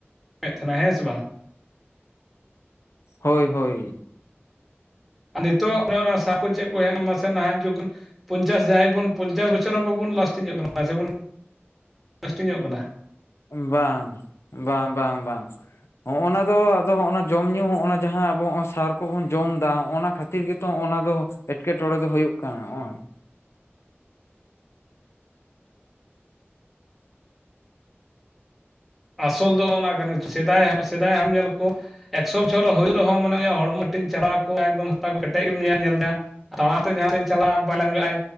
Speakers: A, in the centre; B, on the left.
A: ᱛᱟᱦᱮᱱᱟ ᱦᱮᱸ ᱥᱮ ᱵᱟᱝ
B: ᱦᱳᱭ ᱦᱳᱭ
A: ᱟᱨ ᱱᱤᱛᱚᱜ ᱚᱱᱮ ᱚᱱᱟ ᱥᱟᱠᱩ ᱪᱮᱫ ᱠᱚ ᱦᱮᱡ ᱢᱟᱥᱮ ᱱᱟᱦᱟᱜ ᱡᱩᱜᱽ ᱯᱚᱧᱪᱟᱥ ᱡᱟᱦᱟᱸᱭ ᱵᱚᱱ ᱯᱚᱧᱪᱟᱥ ᱵᱚᱪᱷᱚᱨ ᱦᱚᱸ ᱵᱟᱵᱚᱱ ᱞᱟᱥᱴᱤᱝᱚᱜ ᱠᱟᱱᱟ ᱥᱮᱵᱚᱱ ᱞᱟᱥᱴᱤᱝᱚᱜ ᱠᱟᱱᱟ
B: ᱵᱟᱝ ᱵᱟᱝ ᱵᱟᱝ ᱵᱟᱝ, ᱦᱚᱸᱜᱼ ᱚᱱᱟ ᱫᱚ ᱟᱫᱚᱜᱼ ᱚᱱᱟ ᱡᱚᱢ ᱧᱩ ᱦᱚᱸᱜ ᱡᱟᱦᱟᱸ ᱟᱵᱚ ᱥᱟᱨ ᱠᱚᱵᱚᱱ ᱡᱚᱢ ᱮᱫᱟ ᱚᱱᱟ ᱠᱷᱟᱹᱛᱤᱨ ᱠᱷᱟᱹᱛᱤᱨ ᱜᱮᱛᱚ ᱚᱱᱟ ᱫᱚ ᱮᱴᱠᱮᱴᱚᱚᱲᱮ ᱫᱚ ᱦᱩᱭᱩᱜ ᱠᱟᱱᱟ ᱱᱚᱜᱚᱭ᱾
A: ᱟᱥᱚᱞ ᱫᱚ ᱚᱱᱟ ᱠᱟᱱᱟ ᱥᱮᱫᱟᱭ ᱥᱮᱫᱟᱭ ᱦᱟᱢ ᱧᱮᱞ ᱠᱚ ᱮᱠᱥᱚ ᱵᱚᱷᱚᱨ ᱦᱩᱭᱩᱜ ᱨᱮᱦᱚᱸ ᱢᱟᱱᱮ ᱦᱚᱲᱢᱚᱴᱤᱧ ᱪᱟᱟᱣ ᱠᱚᱣᱟ ᱮᱠᱫᱚᱢ ᱦᱟᱨᱛᱟ ᱠᱚ ᱠᱮᱴᱮᱡ ᱜᱮᱢ ᱧᱮᱞ ᱧᱮᱞᱫᱟ᱾ ᱛᱟᱲᱟᱛᱮ ᱡᱟᱦᱟᱸ ᱥᱮ ᱪᱟᱞᱟᱜᱼᱟ ᱵᱟᱭ ᱞᱟᱸᱜᱟ ᱟᱭ